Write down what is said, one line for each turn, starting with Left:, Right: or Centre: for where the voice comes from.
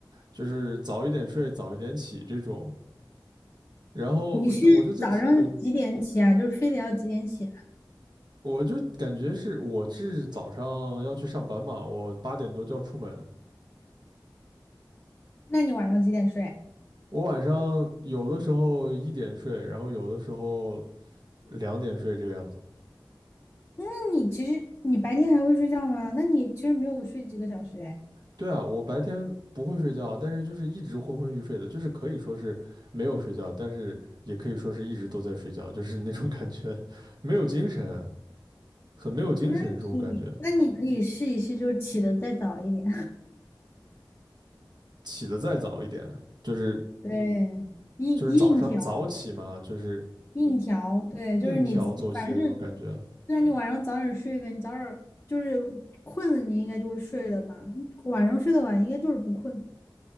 Right: 就是早一点睡，早一点起这种。然后我就我就在我
Left: 你是早上几点起啊？就是非得要几点起啊？
Right: 我就感觉是我是早上要去上班嘛，我八点多就要出门，
Left: 那你晚上几点睡啊？
Right: 我晚上有的时候一点睡，然后有的时候两点睡这个样子。
Left: 那你其实你白天还会睡觉吗？那你其实没有睡几个小时哎，
Right: 对啊，我白天不会睡觉，但是就是一直昏昏欲睡的，就是可以说是没有睡觉，但是也可以说是一直都在睡觉，就是那种感觉，<laughs> 没有精神，很没有精神这种感觉。
Left: 那你那你可以试一试，就是起的再早一点，
Right: 起得再早一点，就是
Left: <laughs> 对，硬硬调。
Right: 就是早上早起嘛，就是
Left: 硬调，对，
Right: 硬调作息的那种感觉。
Left: 就是你自己，反正虽然你晚上早点睡呗，你早点就是困了，你应该就会睡了吧？晚上睡得晚，应该就是不困。